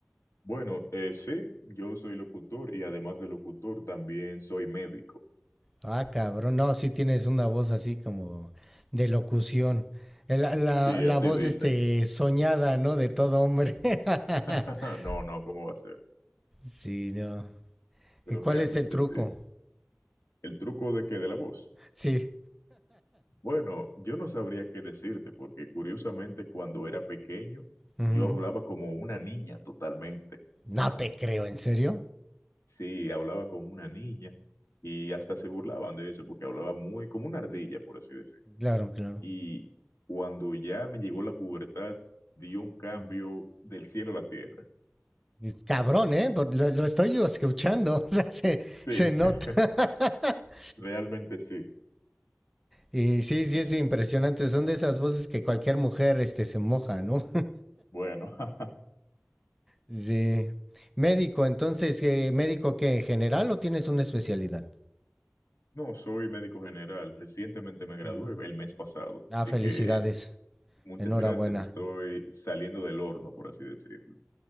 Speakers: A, on the left (about 80°); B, in the centre.
A: bueno, eh, sí, yo soy locutor y además de locutor también soy médico.
B: Ah, cabrón, no, sí tienes una voz así como de locución. El- La, la
A: Sí,
B: la
A: así
B: voz
A: dicen.
B: este soñada, ¿no? De todo hombre. <laughs>
A: <laughs> No, no, ¿cómo va a ser?
B: Sí, no.
A: Pero
B: ¿Y cuál
A: realmente
B: es el truco?
A: sí. El truco de que de la voz.
B: Sí.
A: Bueno, yo no sabría qué decirte, porque curiosamente cuando era pequeño,
B: ujú.
A: yo hablaba como una niña totalmente.
B: No te creo, ¿en serio?
A: Sí, hablaba como una niña y hasta se burlaban de eso, porque hablaba muy como una ardilla, por así decir.
B: Claro, claro.
A: Y cuando ya me llegó la pubertad, dio un cambio
B: Mm.
A: del cielo a la tierra.
B: Y Cabrón, ¿eh? Por- Lo, lo estoy yo escuchando, <laughs> o sea, se,
A: Sí,
B: se nota.
A: <laughs>
B: <laughs>
A: realmente sí.
B: Y sí, sí, es impresionante. Son de esas voces que cualquier mujer este, se moja, ¿no?
A: Bueno, <laughs>
B: Sí. Médico, entonces, ¿qué- ¿médico qué? ¿General o tienes una especialidad?
A: no, soy médico general. Recientemente me gradué
B: Mm.
A: el mes pasado,
B: Ah,
A: así
B: felicidades.
A: que muchas
B: Enhorabuena.
A: gracias. Estoy saliendo del horno, por así decirlo.